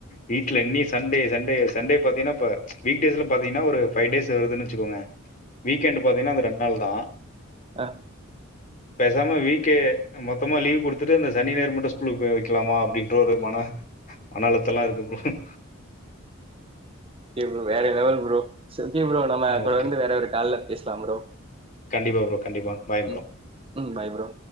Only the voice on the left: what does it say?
வீட்ல இன்னே சண்டே சண்டே சண்டே பாத்தீங்கன்னா இப்ப வீ்க்டேஸ்ல பாத்தீங்கன்னா ஒரு ஃபைவ் டேஸ் வருதுன்னு வச்சுக்கோங்க வீக்கெண்டு பாத்தீங்கன்னா அந்த ரெண் னால் தா
பேசாம வீக்கே மொத்தமா லீவ் குடுத்துட்டு அந்த சனி ஞாயிறு மட்டு ஸ்கூல்க்கு போயி வக்கலாம அப்டின்ட் டொரு மன மன அழுத் தலா இருக்கு
ஓகே.
கண்டிப்பா ப்ரோ. கண்டிப்பா. Bye bro.